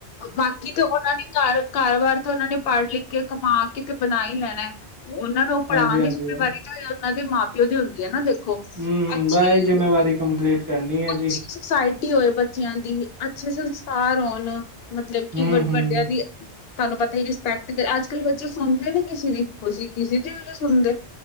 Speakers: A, on the left; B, on the right.
A: ਬਾਕੀ ਤੇ ਉਨਾਂ ਨੇ ਘਰ -ਘਰ -ਵਾਰ ਤੇ ਉਹਨਾਂ ਨੇ ਪੜ੍ਹ-ਲਿਖ ਕੇ ਕਮਾ ਕੇ ਤੇ ਬਣਾ ਈ ਲੈਣਾ ਐ। ਉਹਨਾਂ ਨੂੰ ਪੜ੍ਹਾਉਣ
B: ਹਾਂਜੀ ਹਾਂਜੀ
A: ਦੀ ਜ਼ਿੰਮੇਵਾਰੀ
B: ਹੂੰ
A: ਤੇ ਉਹਨਾਂ ਦੇ ਮਾਂ ਪ ਤੇ ਓਦੀ ਹੁੰਦੀ ਆ ਨਾ ਦੇਖੋ
B: ਹੂੰ
A: ਅੱਛੀ,
B: ਬਸ ਇਹ ਜਿੰਮੇਵਾਰੀ ਕੰਪਲੀਟ ਕਰਨੀ ਹੈ ਜੀ
A: ਅੱਛੀ। ਸੁੋਸਾਇਟੀ ਹੋਏ ਬੱਚਿਆਂ ਦੀ ਅੱਛੇ ਸੰਸਕਾਰ ਹੋਣ, ਮਤਲਬ ਕਿ
B: ਹੂੰ
A: ਵ
B: ਹੂੰ
A: ਵੱਡਿਆਂ ਦੀ ਤੁਆਨੂੰ ਪਤਾ ਈ ਏ ਰਿਸਪੈਕਟ ਅੱਜ-ਕੱਲ ਬੱਚੇ ਸੁਣਦੇ ਨੀ ਕਿਸੇ ਦੀ ਖੁਸੀ਼ ਕਿਸੇ ਦੀ ਨੀ ਸੁਣਦੇ